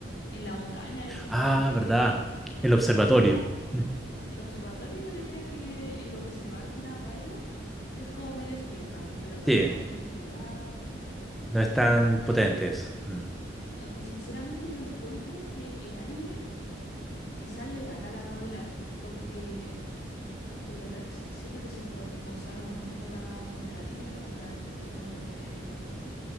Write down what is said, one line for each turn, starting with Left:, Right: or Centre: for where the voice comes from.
Left: En la montaña, ese
Centre: ah,
Left: como que...
Centre: ¿verdad? El
Left: Ese
Centre: observatorio.
Left: cosito.
Centre: Mm.
Left: El observatorio yo diría que en lo que se va al final Violet es como medio steampunk, pero tampoco
Centre: Sí,
Left: es como que, ah,
Centre: no es tan
Left: aunque,
Centre: potente eso. Mm.
Left: aunque sinceramente yo encuentro que el anime quizás le gana a la novela, porque de verdad que s- siento que se fro- esforzaron mucho con la, con el anime, onda en términos de,